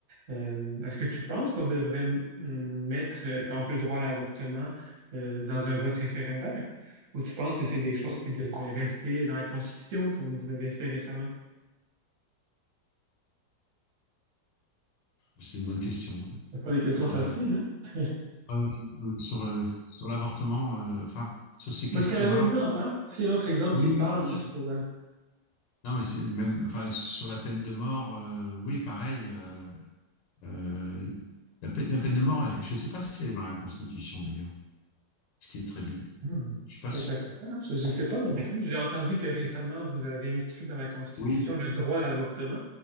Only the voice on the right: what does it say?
Euh, est-ce que tu penses qu'on devrait mm, mettre, euh, par exemple, le droit à l'avortement, euh, dans un vote référendaire? Ou tu penses que c'est des choses qui devraient rester dans la Constitution, comme vous avez fait récemment?
C'est pas des questions
faciles,
hein?
Ben, c'est un exemple, hein? C'est un autre exemple
qui
te parle,
juste pour... euh,
Hmm,
Intéressant.
Je ne sais pas non plus. J'ai entendu que récemment, vous avez inscrit dans la Constitution
le droit à l'avortement,